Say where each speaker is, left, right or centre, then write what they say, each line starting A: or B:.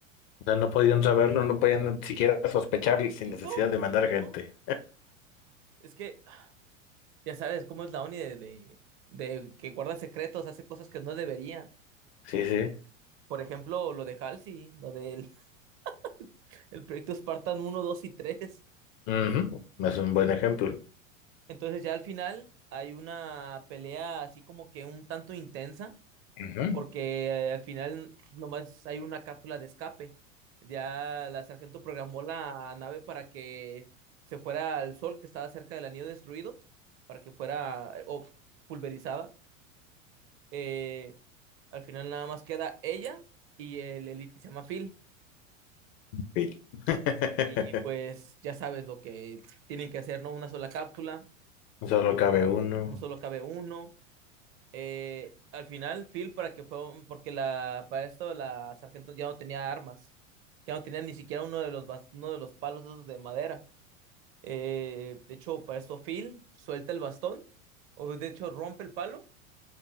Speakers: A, on the left; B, on the right.
A: O sea, no podían saberlo, no podían ni siquiera sospecharlo sin necesidad
B: No,
A: de mandar gente.
B: no. Es que Ya sabes cómo es la ONI de, de, de que guarda secretos, hace cosas que no debería.
A: Sí, sí.
B: Por ejemplo, lo de Halsey, lo del <laughs> el proyecto Spartan uno 2 y tres
A: Ujú, Es un buen ejemplo.
B: Entonces ya al final hay una pelea así como que un tanto intensa,
A: Ujú.
B: porque eh, al final nomás hay una cápsula de escape. Ya la sargento programó la nave para que se fuera al sol que estaba cerca del anillo destruido, para que fuera eh, o pulverizada. Eh, Al final nada más queda ella y el elite que se llama Phil.
A: Pil. <laughs>
B: Y pues ya sabes lo que tienen que hacer, ¿no? Una sola cápsula,
A: Solo cabe uno.
B: un solo cabe uno. Eh, al final, Phil, para que fue, porque la, para esto la sargento ya no tenía armas, ya no tenía ni siquiera uno de los, bas- uno de los palos esos de madera. Eh, de hecho, para esto Phil suelta el bastón, o de hecho rompe el palo